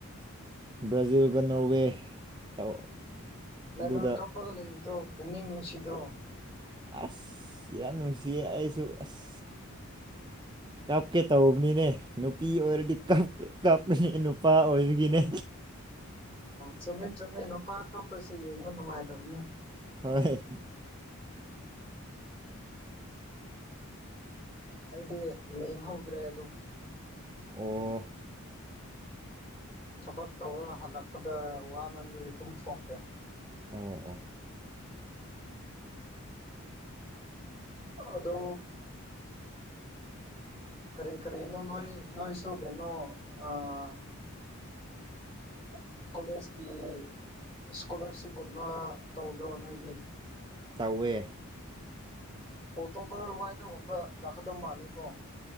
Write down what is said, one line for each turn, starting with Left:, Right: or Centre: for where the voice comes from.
Right: ꯕ꯭ꯔꯥꯖꯤꯜꯒ ꯅꯣꯔꯋꯦ ꯇꯧ
Left: ꯅꯦꯃꯥꯔ
Right: ꯑꯗꯨꯗ
Left: ꯀꯞꯄꯒ ꯂꯩꯕꯗꯣ ꯄꯨꯛꯅꯤꯡ ꯅꯨꯡꯁꯤꯗ꯭ꯔꯣ
Right: ꯑꯁ ꯌꯥꯝ ꯅꯨꯡꯁꯤꯌꯦ ꯑꯩꯁꯨ ꯑꯁ ꯀꯞ ꯀꯦ ꯇꯧꯕꯅꯤꯅꯦ ꯅꯨꯄꯤ ꯑꯣꯏꯔꯗꯤ ꯀꯞ ꯀꯞꯀꯥꯅꯤ ꯅꯨꯄꯥ ꯑꯣꯏꯕꯒꯤꯅꯦ
Left: ꯆꯨꯝꯃꯤ ꯆꯨꯝꯃꯤ ꯅꯨꯄꯥ ꯀꯞꯄꯁꯦ ꯌꯦꯡꯕ ꯅꯨꯡꯉꯥꯏꯇꯕꯅꯦ
Right: ꯍꯣꯏ
Left: ꯑꯩꯗꯤ ꯌꯦꯡꯍꯧꯗ꯭ꯔꯦ ꯑꯗꯣ
Right: ꯑꯣ꯫
Left: ꯊꯕꯛ ꯇꯧꯔ ꯍꯜꯂꯛꯄꯗ ꯋꯥꯃꯟꯕꯒꯤ ꯇꯨꯝꯊꯣꯛꯈ꯭ꯔꯦ
Right: ꯑꯣ ꯑꯣ
Left: ꯑꯗꯣ ꯀꯔꯤ ꯀꯔꯤꯅꯣ ꯅꯣꯏ ꯅꯣꯏꯁꯨ ꯀꯩꯅꯣ ꯑꯥ <unintelligible> ꯀꯣꯂꯦꯖꯀꯤ ꯏꯁꯀꯣꯂꯥꯔꯁꯤꯞꯀꯨꯝꯕ ꯇꯧꯗ꯭ꯔꯣ ꯅꯣꯏꯗꯤ꯫
Right: ꯇꯧꯋꯦ
Left: ꯑꯣꯛꯇꯣꯕꯔ ꯋꯥꯏꯗꯒꯨꯝꯕ ꯂꯥꯛꯀꯗꯕ ꯃꯥꯜꯂꯦꯀꯣ